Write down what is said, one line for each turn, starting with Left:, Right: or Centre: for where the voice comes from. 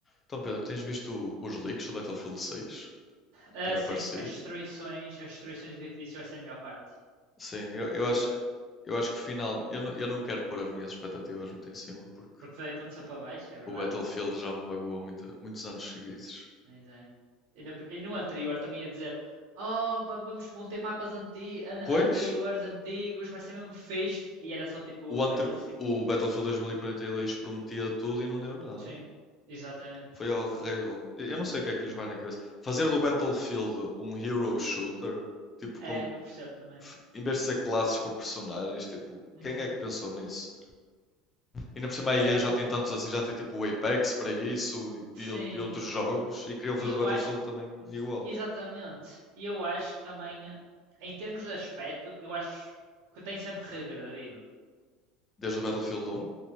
Left: Então, Pedro, tens visto os leaks do Battlefield 6
Right: Ah,
Left: que têm aparecido?
Right: sim, as destruições, as destruições de edifícios vai ser a melhor parte.
Left: Sim, eu,
Right: Porque,
Left: eu acho, eu acho que final, eu não, eu não quero pôr as minhas expectativas muito em cima porque
Right: porque deitam-se para baixo, é
Left: o
Right: verdade.
Left: Battlefield já me magoou muita- muitos anos seguidos.
Right: Mas é. E no, e no anterior também ia dizer: Oh, va- vamos, vão ter mapas anti, an-
Left: Pois,
Right: anteriores, antigos, vai ser mesmo fixe. E era só tipo
Left: o, anter-
Right: aqueles tipo.
Left: o Battlefield 2042 prometia tudo e não deu nada.
Right: Sim, exatamente.
Left: Foi horrível. Eu eu não sei o que é que lhes vai na cabeça. Fazer do Battlefield um hero shooter, tipo,
Right: É,
Left: com,
Right: não percebo também.
Left: f- em vez de ser classes com personagens, tipo,
Right: Uhum.
Left: quem é que pensou nisso? Ainda por cima a EA
Right: Ah,
Left: já tem tantos assim, já tem tipo o Apex para isso
Right: sim,
Left: e, ou- e outros jogos e queriam
Right: e
Left: fazer
Right: eu
Left: o Battlefield
Right: acho,
Left: também igual.
Right: exatamente, e eu acho que também, em termos de aspecto, eu acho que tem sempre regredido.
Left: Desde o Battlefield 1.